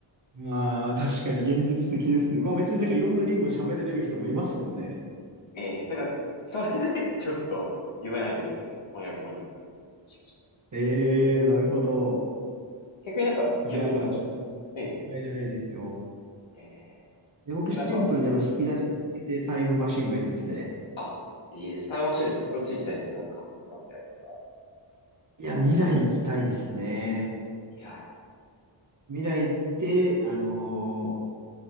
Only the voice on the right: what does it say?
まあ、確かに現実的ですね。まあ別になんかいろんな言語喋れる人もいますもんね。
ええー、なるほど。
いや、
でもちょっともっ
たいないですよ。
で、僕シンプルにあの引き出し開けてタイムマシンがいいですね。
いや、未来行きたいですね。
未来って、あのー